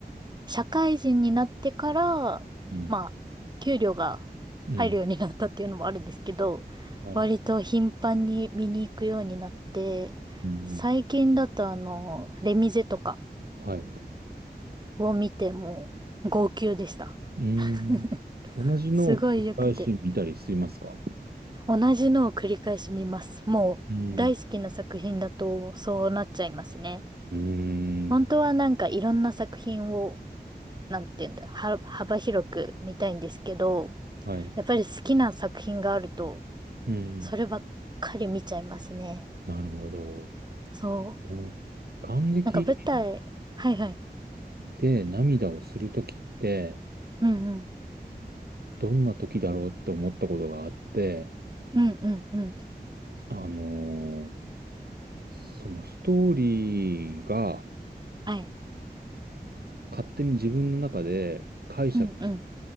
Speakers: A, on the right; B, on the right.
A: 社会人になってから、
B: うん。
A: まあ、給料が入るようになったっていうのもあるんですけど、
B: うん。はい。
A: 割と頻繁に見に行くようになって、
B: うん。
A: 最近だとあの、レミゼとか
B: はい。
A: を見ても、号泣でした。
B: うん。
A: <laughs>
B: 同じのを繰り返し見たりしますか
A: すごい良くて。同じのを繰り返し見ます。もう、
B: うん。
A: 大好きな作品だと、そうなっちゃいますね。
B: うーん。
A: 本当はなんかいろんな作品を、なんていうんだ、は、幅広く見たいんですけど、
B: はい。
A: やっぱり好きな作品があると、
B: うん。
A: そればっかり見ちゃいますね。
B: なるほど。
A: そう。
B: もう、感激
A: なんか舞台、はいはい。
B: で、涙をするときって、
A: うんうん。
B: どんなときだろうって思ったことがあって、
A: うんうんうん。
B: あのーそのストーリーが
A: はい。
B: 勝手に自分の中で解釈し、
A: うんうん。